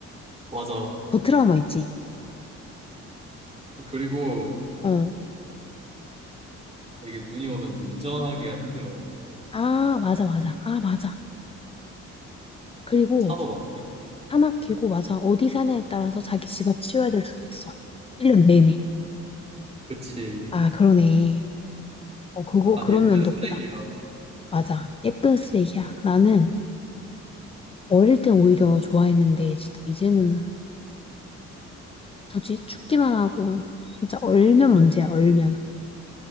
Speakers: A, on the right; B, on the left.
A: 맞아.
B: 더 트라우마 있지.
A: 그리고
B: 어.
A: 이게 눈이 오면 운전하기가 힘들어.
B: 아, 맞아, 맞아. 아, 맞아. 그리고
A: 차도 막히고.
B: 사막 길고, 맞아. 어디 사냐에 따라서 자기 집 앞 치워야 될 수도 있어. 1년 내내.
A: 그치.
B: 아, 그러네. 어, 그거,
A: 약간
B: 그런
A: 예쁜
B: 면도
A: 쓰레기야.
B: 크다. 맞아. 예쁜 쓰레기야. 나는 어릴 땐 오히려 좋아했는데, 진짜 이제는 굳이 춥기만 하고, 진짜 얼면 문제야, 얼면.